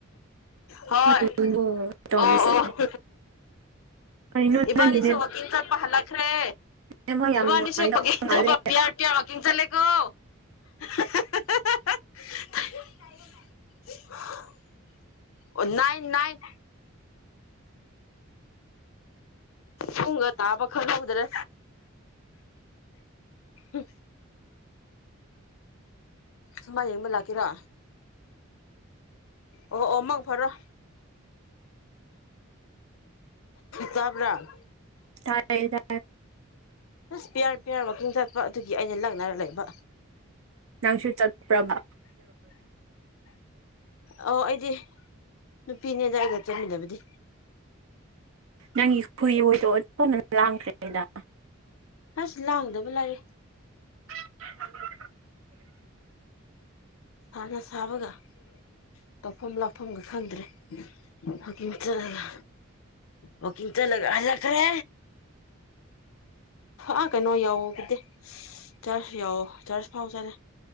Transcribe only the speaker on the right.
ꯀꯔꯤꯅꯣ ꯇꯧꯔꯤꯁꯦ
ꯀꯔꯤꯅꯣ
ꯅꯪꯒꯤ ꯅꯦꯠ
ꯅꯦꯠꯋꯥꯛ ꯌꯥꯝ
ꯅꯨꯡꯉꯥꯏꯇꯕ
ꯃꯥꯜꯂꯦ
ꯇꯥꯏꯌꯦ ꯇꯥꯏꯌꯦ
ꯅꯅꯥꯥꯡꯁꯨꯔ ꯆꯠꯇꯄ꯭ꯔꯔꯅ
ꯅꯪꯒꯤ ꯈꯨꯨꯏꯗꯣꯇꯅ ꯂꯥꯡꯈ꯭ꯔꯦꯗ
ꯍ <unintelligible>